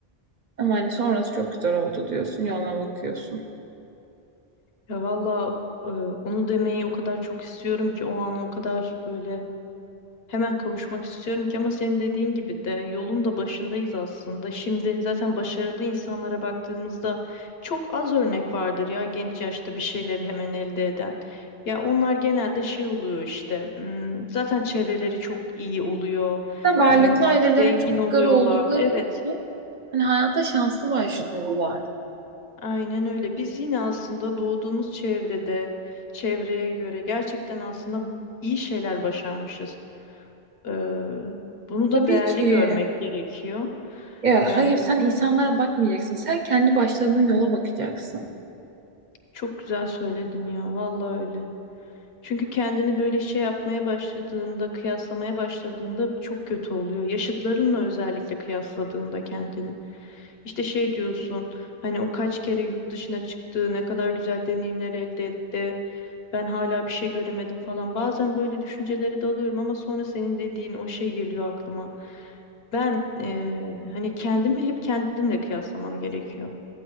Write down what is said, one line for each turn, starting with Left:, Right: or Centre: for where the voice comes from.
Right: ama hani sonrası çok güzel oldu diyorsun, yoluna bakıyorsun.
Left: Ya valla e, onu demeyi o kadar çok istiyorum ki o an o kadar böyle Hemen kavuşmak istiyorum ki ama senin dediğin gibi de yolun da başındayız aslında. Şimdi zaten başarılı insanlara baktığımızda çok az örnek vardır ya genç yaşta bir şeyleri hemen elde eden. Ya onlar genelde şey oluyor işte. hmm, Zaten çevreleri çok iyi oluyor.
Right: Da varlıklı
Left: hmm,
Right: ailelerin
Left: Zengin
Right: çocukları
Left: oluyorlar.
Right: oldukları
Left: Evet.
Right: için hani hayata şanslı başlıyorlar.
Left: Aynen öyle. Biz yine aslında doğduğumuz çevrede, çevreye göre gerçekten aslında iyi şeyler başarmışız. Eee, bunu da
Right: Tabii
Left: değerli
Right: ki.
Left: görmek gerekiyor.
Right: Ya
Left: Yani
Right: hayır sen insanlara bakmayacaksın. Sen kendi başladığın yola bakacaksın.
Left: çok güzel söyledin ya, vallahi öyle. Çünkü kendini böyle şey yapmaya başladığında, kıyaslamaya başladığında çok kötü oluyor. Yaşıtlarınla özellikle kıyasladığında kendini. İşte şey diyorsun, hani o kaç kere yurt dışına çıktı, ne kadar güzel deneyimler elde etti. ben hala bir şey göremedim falan. Bazen böyle düşüncelere dalıyorum ama sonra senin dediğin o şey geliyor aklıma. Ben eee, hani kendimi hep kendimle kıyaslamam gerekiyor.